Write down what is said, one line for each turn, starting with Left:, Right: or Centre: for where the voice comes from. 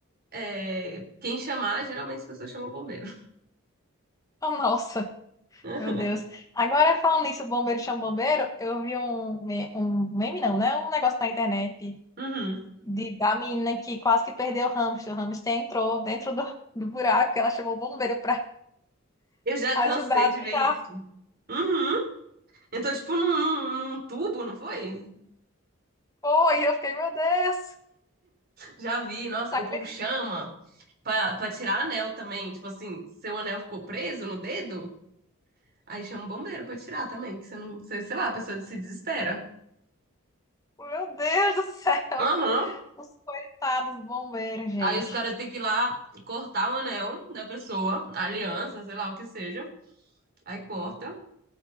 Right: é, quem chamar, geralmente as pessoas chamam o bombeiro.
Left: <laughs> oh, nossa,
Right: <laughs>
Left: meu Deus. Agora, falando nisso, bombeiro chama bombeiro, eu vi um, me- um meme, não, né? Um negócio na internet
Right: Uhum.
Left: de, da menina que quase que perdeu o hamster. O hamster entrou dentro do, do buraco, ela chamou o bombeiro pra
Right: Eu já
Left: ajudar.
Right: cansei
Left: a
Right: de
Left: tirar.
Right: ver isso. Uhum. Então, tipo, num, num- num tubo, não foi?
Left: Foi, eu fiquei, meu Deus,
Right: Já vi, nossa,
Left: não
Right: o
Left: acredito,
Right: povo chama pra, pra tirar anel também. Tipo assim, seu anel ficou preso no dedo, Aí chama o bombeiro pra tirar também, que você não, você- sei lá, a pessoa se desespera.
Left: meu Deus do céu,
Right: Aham.
Left: os coitados bombeiros, gente,
Right: Aí os caras têm que ir lá cortar o anel da pessoa, a aliança, sei lá o que seja. Aí corta